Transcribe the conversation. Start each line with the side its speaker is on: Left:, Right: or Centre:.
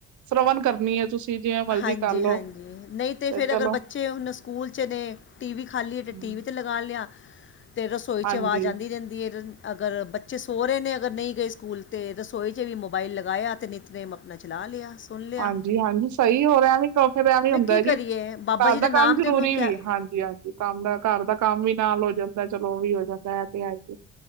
Right: ਸਰਵਣ ਕਰਨੀ ਹੈ ਤੁਸੀਂ। ਜਿਵੇਂ ਮਰਜ਼ੀ
Left: ਹਾਂਜੀ
Right: ਕਰਲੋ
Left: ਹਾਂਜੀ ਨਹੀਂ ਤਾਂ
Right: ਤੇ
Left: ਫਿਰ
Right: ਚਲੋ
Left: ਅਗਰ ਬੱਚੇ ਹੁਣ ਸਕੂਲ 'ਚ ਨੇ। ਟੀ ਵੀ ਖਾਲੀ
Right: ਹਮ
Left: ਹੈ ਤੇ ਟੀਵੀ ਤੇ ਲਗਾ ਲਿਆ ਤੇ ਰਸੋਈ 'ਚ
Right: ਹਾਂਜੀ
Left: ਆਵਾਜ਼ ਆਉਂਦੀ ਰਹਿੰਦੀ ਹੈ। ਅਗਰ ਬੱਚੇ ਸਹੁਰਰੇ ਨੇ ਅਗਰ ਨਹੀਂ ਗਏ ਸਕੂਲ ਤਾਂ ਰਸੋਈ 'ਚ ਵੀ ਮੋਬਾਈਲ ਲਗਾਇਆ ਅਤੇ ਨਿੱਤ ਨੇ ਆਪਣਾ ਚਲਾ ਲਿਆ ਸੁਣ ਲਿਆ।
Right: ਹਾਂਜੀ ਹਾਂਜੀ ਸਹੀ ਹੋ ਰਿਹਾ ਵੀ ਸੁੱਤੀ ਪਿਆ ਵੀ
Left: ਫਿਰ
Right: ਹੁੰਦਾ
Left: ਕੀ ਕਰੀਏ
Right: ਜੀ
Left: ਬਾਬਾ
Right: ਘਰ
Left: ਜੀ
Right: ਦਾ
Left: ਨਾਮ
Right: ਕੰਮ ਜਰੂਰੀ
Left: ਤੇ ਉਹਨੂੰ ਕਹਿ
Right: ਵੀ ਹਾਂਜੀ ਹਾਂਜੀ ਕੰਮ ਦਾ ਘਰ ਦਾ ਕੰਮ ਵੀ ਨਾਲ ਹੋ ਜਾਂਦਾ ਚਲੋ ਉਹ ਵੀ ਹੋ ਜਾਂਦਾ ਹੈ ਤੇ ਆਈਏ